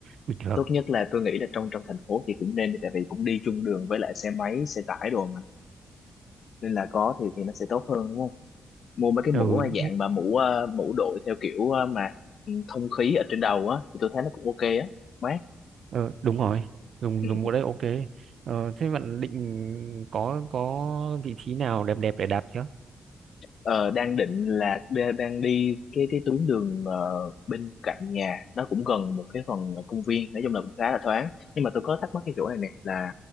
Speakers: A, on the right; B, on the left.
A: bình thường
B: tốt nhất là tôi nghĩ là trong trong thành phố thì cũng nên đi tại vì cũng đi chung đường với lại xe máy xe tải đồ mà nên là có thì thì nó sẽ tốt hơn đúng không mua mấy cái
A: ừ,
B: mũ ờ, dạng
A: thế-
B: mà mũ ờ, mũ đội theo kiểu ờ, mà ừ, thông khí ở trên đầu á thì tôi thấy nó cũng ok á mát
A: ờ, đúng rồi dùng
B: Ừ.
A: dùng mũ đấy ok ờ, thế bạn định có có vị trí nào đẹp đẹp để đạp chưa
B: Ờ, đang định là đa- đang đi cái cái tuyến đường ờ, bên cạnh nhà nó cũng gần một cái phần công viên nói chung là cũng khá là thoáng nhưng mà tôi có thắc mắc cái chỗ này nè là